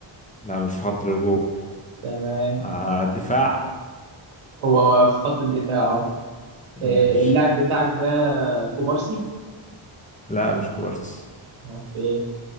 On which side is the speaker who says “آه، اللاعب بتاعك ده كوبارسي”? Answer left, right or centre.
Right